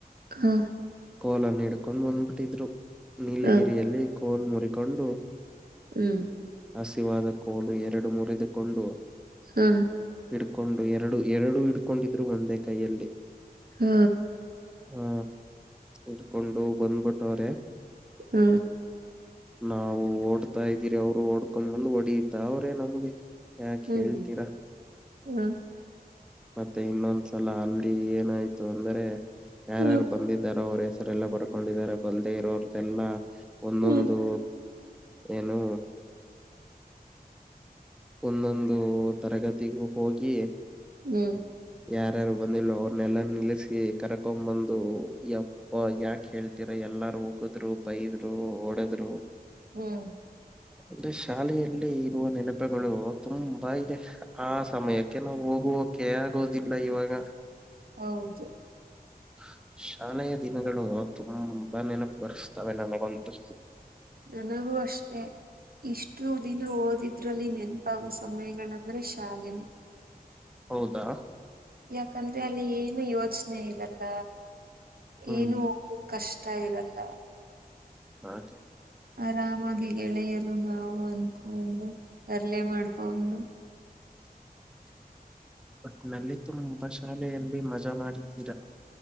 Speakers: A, on the right; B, in the centre.
A: ಹಾ
B: ಕೋಲನ್ನು ಹಿಡ್ಕೊಂಡು ಬಂದ್ಬಿಟ್ಟಿದ್ರು ನೀಲಗಿರಿಯಲ್ಲಿ
A: ಹಾ
B: ಕೋಲ ಮುರಿಕೊಂಡು
A: ಹ್ಮ್
B: ಹಸಿವಾದ ಕೋಲು ಎರಡು ಮುರಿದುಕೊಂಡು
A: ಹ್ಮ
B: ಹಿಡ್ಕೊಂಡು ಎರಡು ಎರಡು ಹಿಡ್ಕೊಂಡಿದ್ರು ಒಂದೇ ಕೈಯಲ್ಲಿ
A: ಹ್ಮ
B: ಹಾ ಇಟ್ಕೊಂಡು ಬಂದ್ಬಿಟ್ಟವ್ರೆ
A: ಹ್ಮ
B: ನಾವು ಓಡ್ತಾ ಇದ್ದೀರಿ ಅವರು ಓಡ್ಕೊಂಡ ಬಂದು ಹೊಡಿಯತ ಅವ್ರೇ ನಮ್ಗೆ ಯಾಕೆ
A: ಹ್ಮ್
B: ಹೇಳ್ತೀರಾ
A: ಹಾ
B: ಮತ್ತೆ ಇನ್ನೊಂದ ಸಲ ಅಲ್ಲಿ ಏನಾಯ್ತು ಅಂದ್ರೆ ಯಾರ್ಯಾರು
A: ಹ್ಮ್
B: ಬಂದಿದಾರ ಅವ್ರ ಹೆಸರೆ ಎಲ್ಲ ಬರ್ಕೊಂಡಿದ್ದಾರೆ ಬಲ್ಲದೆ ಇರೋ್ರದೆಲ್ಲಾ ಒಂದೊಂದು
A: ಹ್ಮ್
B: ಏನು ಒಂದೊಂದು ತರಗತಿಗೂ ಹೋಗಿ
A: ಹ್ಮ್
B: ಯಾರ್ಯಾರು ಬಂದಿಲ್ಲೋ ಅವ್ರನ್ನೆಲ್ಲ ನಿಲ್ಲಿಸಿಿ ಕರ್ಕೊಂಡ್ ಬಂದು ಯಪ್ಪ ಯಾಕ ಹೇಳ್ತೀರ ಎಲ್ಲಾರು ಹೋಗುದ್ರು ಬೈದ್ರು ಓಡದ್ರು
A: ಹ್ಮ್
B: ಅಂದ್ರೆ ಶಾಲೆಯಲ್ಲಿ ಇರುವ ನೆನಪುಗಳು ತುಂಬಾ ಇದೆ ಆ ಸಮಯಕ್ಕೆ ನಾವು ಹೋಗುವ ಕೆ ಆಗೋದಿಲ್ಲ ಇವಾಗ
A: ಹೌದು
B: ಹ ಶಾಲೆಯ ದಿನಗಳು ತುಂಬಾ ನೆನಪು ಬರೆಸ್ತಾವೆ ನನಗಂತೂ
A: ನನಗೂ ಅಷ್ಟೆ ಇಷ್ಟು ದಿನ ಓದಿದ್ರಲ್ಲಿ ನೆನ್ ಸಮಯಗಳಂದ್ರೆ ಶಾಲೆನೆ
B: ಹೌದಾ
A: ಯಾಕಂದ್ರೆ ಅಲ್ಲಿ ಏನು ಯೋಚನೆ ಇರಲ್ಲ
B: ಹ್ಮ್
A: ಏನು ಹೋಗ ಕಷ್ಟ ಇಷ್ಟ ಇರಲ್ಲ
B: ಆಕೆ
A: ಆರಾಮಾಗಿ ಗೆಳೆಯರು ನಾವು ಅನ್ಕೊಂಡು ತರಲೆ ಮಾಡ್ಕೊಂಡು
B: <inaudible> ಒಟ್ನಲ್ಲಿ ತುಂಬಾ ಶಾಲೆಯಲ್ಲಿ ಮಜಾ ಮಾಡಿದ್ದೀರಾ